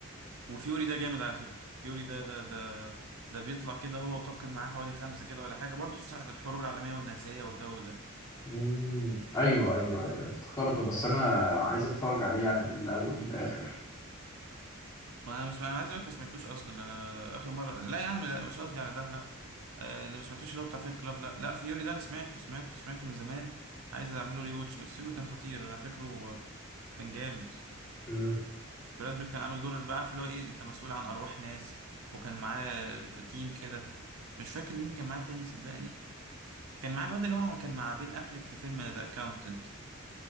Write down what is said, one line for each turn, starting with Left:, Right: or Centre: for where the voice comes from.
Right: وفيوري ده جامد على فكره فيوري ده ده ده ده بيطلع كده هو وطاقم معاه حوالي خمسه كده ولا حاجه برضه ساعه الحروب العالميه والنازيه والجو ده
Left: مم. ايوه ايوه ايوه افتكرته بس انا عايز اتفرج عليه يعني من الاول للاخر
Right: ما انا مش انا عايز اقولك ما سمعتوش اصلا انا اخر مره لا يا عم لا مش قصدي على ده لا آه، اللي ما سمعتوش اللي هو بتاع فايت كلاب لا لا فيوري ده انا سمعته سمعته سمعته من زمان عايز اعمله ري واتش الفيلم كان خطير انا فاكره آه، كان جامد
Left: مم.
Right: براد بيت كان عامل دور اللي بقى عارف اللي هو ايه انت مسؤول عن ارواح ناس وكان معاه تيم كده مش فاكر مين كان معاه تاني صدقني كان معاه الواد اللي هو كان مع بين افليك في فيلم ذا اكاونتنت